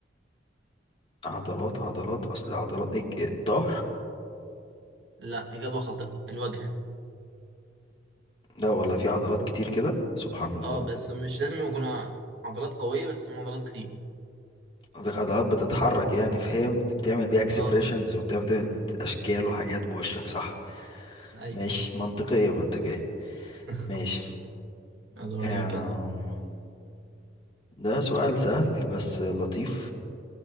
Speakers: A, on the left (about 30°); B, on the right (about 75°).
A: عضلات عضلات اصل عضلات إيه إيه، الظهر
B: لا اجابه خاطئه الوجه
A: لا والله في عضلات كتير كده سبحان الله
B: اه بس مش لازم يكون عضلات قويه بس هم عضلات كتير
A: قصدك عضلات بتتحرك يعني فهمت بتعمل بيها اكسبريشنز
B: اه اه
A: وبتعمل اشكال وحاجات بوشك صح
B: ايوه
A: ماشي منطقيه منطقيه
B: <laughs>
A: ماشي
B: يلا وريني
A: أم،
B: كذا
A: ده سؤال سهل بس لطيف